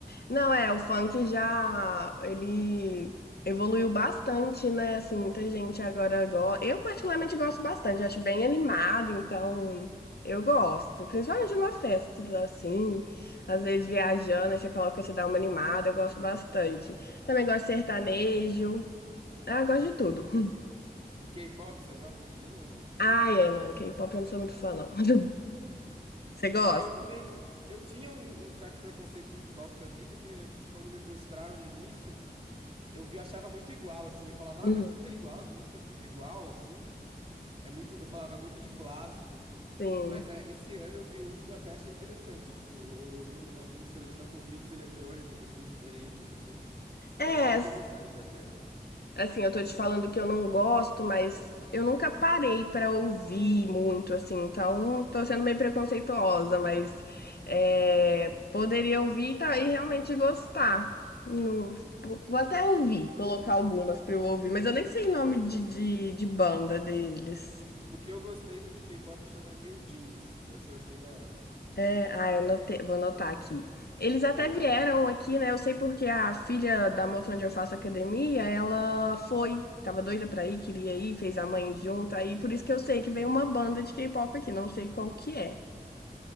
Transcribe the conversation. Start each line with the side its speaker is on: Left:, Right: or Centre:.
Left: Não, é, o funk já, ele evoluiu bastante, né? Assim, muita gente agora gosta. Eu particularmente gosto bastante, acho bem animado, então eu gosto. Principalmente numa festa, assim, às vezes viajando, aí você coloca, você dá uma animada, eu gosto bastante. Também gosto de sertanejo, ah, eu gosto de tudo.
Right: E K-pop, você gosta também ou não?
Left: Ah, é, não, K-pop eu não sou muito fã, não. <laughs> Você
Right: Pois
Left: gosta?
Right: é, eu também. Eu tinha um, um certo preconceito com K-pop também, porque quando me mostraram no início, eu vi, achava muito igual, assim. Eu falava,
Left: Uhum.
Right: ah, mas tudo é igual, as músicas é tudo igual, assim. É muito, eu falava é muito de plástico, assim.
Left: Sim.
Right: Mas é, esse ano eu vi uns que eu até achei interessante. Tipo, eu eu ouvi uns, umas músicas, eles estão com uns beats eletrônicos, assim, diferentes, assim,
Left: É,
Right: que eu achei interessante até.
Left: Assim, eu tô te falando que eu não gosto, mas eu nunca parei pra ouvir muito, assim, então tô sendo meio preconceituosa, mas é, poderia ouvir e tá, e realmente gostar. Não- vou até ouvir, colocar algumas pra eu ouvir, mas eu nem sei nome de, de, de banda deles.
Right: O que eu gostei do de K-pop chama New Jeans. Eu só achei da hora.
Left: É, ah, eu anotei- vou anotar aqui. Eles até
Right: New
Left: vieram
Right: Jeans.
Left: aqui, né? Eu sei porque a filha da moça onde eu faço academia, ela foi, tava doida pra ir, queria ir, fez a mãe junto, aí por isso que eu sei que veio uma banda de K-pop aqui, não sei qual que é.